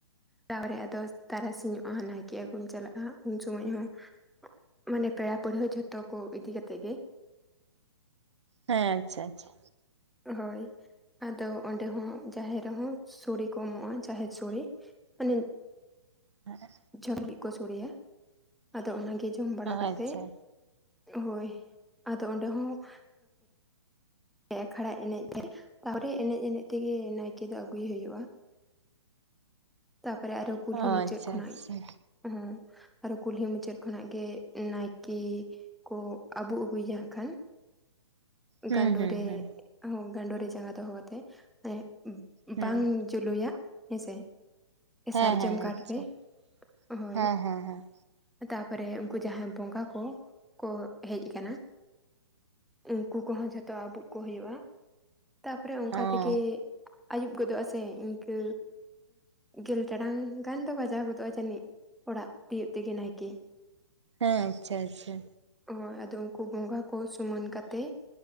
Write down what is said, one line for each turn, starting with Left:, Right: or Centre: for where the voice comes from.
Centre: ᱛᱟᱦᱚᱞᱮ ᱟᱫᱳ ᱛᱟᱨᱟᱥᱤᱧᱚᱜᱼᱟ ᱱᱟᱭᱠᱮ ᱟᱹᱜᱩᱢ ᱪᱟᱞᱟᱜᱼᱟ ᱩᱱ ᱥᱚᱢᱚᱭ ᱦᱚᱸᱻ ᱢᱟᱱᱮ ᱯᱮᱲᱟ ᱯᱟᱹᱲᱦᱟᱹ ᱡᱷᱚᱛᱚ ᱠᱚ ᱤᱫᱤ ᱠᱟᱛᱮᱫ ᱜᱮ ᱾
Right: ᱦᱮᱸ ᱟᱪᱪᱷᱟ ᱟᱪᱪᱷᱟ
Centre: ᱦᱳᱭ ᱟᱫᱚ ᱚᱸᱰᱮ ᱦᱚᱸ ᱡᱟᱦᱮᱨ ᱨᱮᱦᱚᱸ ᱥᱚᱲᱮ ᱠᱚ ᱮᱢᱚᱜᱼᱟ ᱡᱟᱦᱮᱨ ᱥᱚᱲᱮ ᱢᱟᱱᱮ
Right: ᱦᱮᱸ
Centre: ᱡᱷᱟᱹᱞ ᱜᱮ ᱠᱚ ᱥᱚᱲᱮᱭᱟ ᱟᱫᱚ ᱚᱱᱟᱜᱮ ᱡᱚᱢ ᱵᱟᱲᱟ ᱠᱟᱛᱮᱜ
Right: ᱟᱪᱪᱷᱟ
Centre: ᱦᱳᱭ ᱟᱫᱚ ᱚᱸᱰᱮ ᱦᱚᱸᱻ ᱯᱮ ᱟᱠᱷᱲᱟ ᱮᱱᱮᱡ ᱨᱮ ᱛᱟᱨᱯᱚᱨ ᱮᱱᱮᱡᱻ ᱮᱱᱮᱡ ᱛᱮᱜᱮ ᱱᱟᱭᱠᱮ ᱫᱚ ᱟᱹᱜᱩᱭ ᱦᱩᱭᱩᱜᱼᱟ ᱾ ᱛᱟᱨᱯᱚᱨᱮ ᱟᱨᱦᱚ ᱠᱩᱞᱦᱤ
Right: ᱚ
Centre: ᱢᱩᱪᱟᱹᱫ
Right: ᱟᱪᱪᱷᱟ
Centre: ᱠᱷᱚᱱᱟᱜ
Right: ᱟᱪᱪᱷᱟ
Centre: ᱦᱚᱸ ᱟᱨᱦᱚᱸ ᱠᱩᱞᱦᱤ ᱢᱩᱪᱟᱹᱫ ᱠᱷᱚᱱᱟᱜ ᱜᱮ ᱱᱟᱭᱠᱮ ᱠᱚ ᱟᱹᱵᱩ ᱟᱹᱜᱩᱭᱟ ᱦᱟᱸᱜ ᱠᱷᱟᱱ
Right: ᱦᱩᱸ
Centre: ᱜᱟᱸᱰᱳ
Right: ᱦᱩᱸ
Centre: ᱨᱮ
Right: ᱦᱩᱸ
Centre: ᱜᱟᱸᱰᱳ ᱨᱮ ᱡᱟᱸᱜᱟ ᱫᱚᱦᱚ ᱠᱟᱛᱮᱫ ᱛᱮ ᱻ
Right: ᱦᱩᱸ
Centre: ᱵᱟᱝ ᱡᱩᱞᱩᱭᱟᱜ ᱦᱮᱸᱥᱮᱻ
Right: ᱦᱮᱸ
Centre: ᱥᱟᱨᱡᱚᱢ
Right: ᱦᱮᱸ
Centre: ᱠᱟᱴ
Right: ᱟᱪᱪᱷᱟ
Centre: ᱛᱮ ᱦᱳᱭ
Right: ᱦᱮᱸ ᱦᱮᱸ ᱦᱮᱸ
Centre: ᱛᱟᱯᱚᱨᱮ ᱩᱱᱠᱩ ᱡᱟᱦᱟᱸ ᱵᱚᱸᱜᱟ ᱠᱚ ᱠᱚ ᱦᱮᱡ ᱟᱠᱟᱱᱟ ᱩᱱᱠᱩ ᱠᱚᱦᱚᱸ ᱡᱷᱚᱛᱚ ᱟᱵᱩᱜ ᱠᱚ ᱦᱩᱭᱩᱜᱼᱟ ᱛᱟᱯᱚᱨᱮ ᱚᱱᱠᱟ
Right: ᱚ
Centre: ᱛᱮᱜᱮ ᱟᱹᱭᱩᱵ ᱜᱚᱫᱚᱜᱼᱟ ᱥᱮ ᱤᱱᱠᱟᱹ ᱜᱮᱞ ᱴᱟᱲᱟᱝ ᱜᱟᱱ ᱫᱚ ᱵᱟᱡᱟᱣ ᱜᱚᱫᱚᱜᱼᱟ ᱡᱟᱹᱱᱤᱡ ᱚᱲᱟᱜ ᱛᱤᱭᱳᱜ ᱛᱮᱜᱮ ᱱᱟᱭᱠᱮ
Right: ᱦᱮᱸ ᱟᱪᱪᱷᱟ ᱟᱪᱪᱷᱟ
Centre: ᱦᱳᱭ ᱟᱫᱚ ᱩᱱᱠᱩ ᱵᱚᱸᱜᱟ ᱠᱚ ᱥᱩᱢᱟᱱ ᱠᱟᱛᱮᱜ